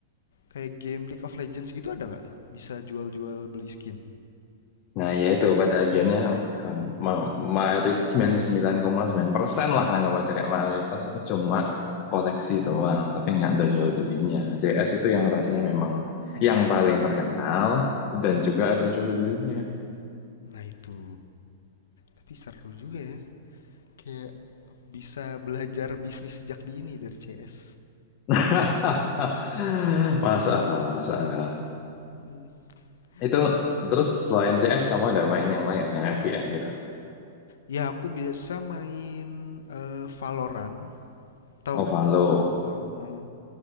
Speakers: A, on the left (about 80°); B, on the left (about 35°).
A: kayak game League of Legends gitu ada nggak? Bisa jual-jual beli skin.
B: Nah, ya itu pada akhirnya ham- ma- mayoritas sembilan koma sembilan persen lah anggap aja kayak mayoritas itu cuma koleksi doang, tapi nggak ada jual belinya. JS itu yang rasanya memang yang paling terkenal dan juga ada jual belinya.
A: Nah itu. Tapi seru juga ya. Kayak bisa belajar bisnis sejak dini dari CS.
B: <laughs> Masuk akal, masuk akal.
A: Mm,
B: Itu
A: Terus
B: terus selain CS kamu ada main yang lain, yang FPS gitu.
A: ya aku biasa main eh, Valorant. Tahu?
B: Ovalo.
A: Valo. heeh.